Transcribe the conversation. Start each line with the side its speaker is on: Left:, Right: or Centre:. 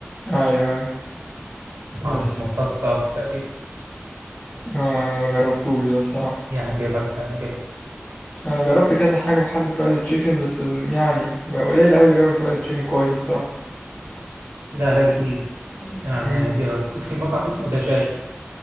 Left: ايوه ايوه
Right: وطعم
Left: بس
Right: اسمه كاك كاك تقريبا
Left: آه ما جربتوش ده الصراحة
Right: يعجبك ده يعجبك
Left: انا جربت كذا حاجة محل فرايد تشيكن بس يعني قليل قوي اللي بيعمل فرايد تشيكن كويس الصراحة
Right: لا ده جديد يعني
Left: مم.
Right: هيعجبك وفي مطعم اسمه دجاجة